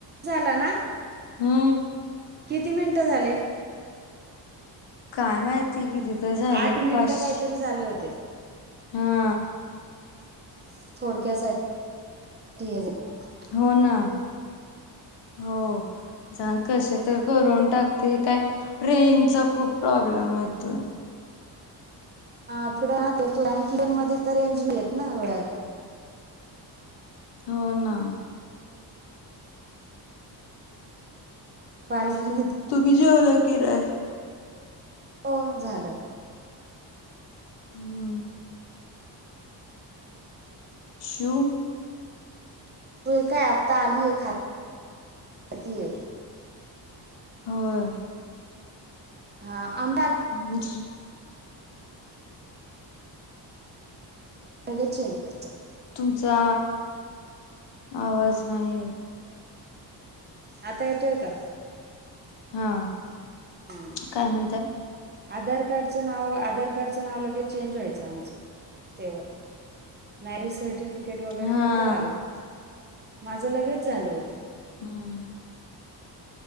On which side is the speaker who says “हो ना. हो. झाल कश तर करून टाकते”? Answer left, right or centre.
Left